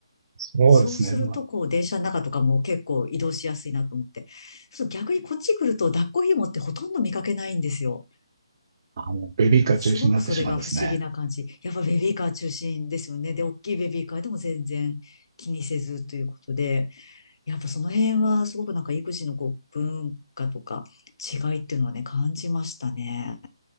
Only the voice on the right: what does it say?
す、そうですね。
まあ、
あのベビーカー中止になってしまうんですね。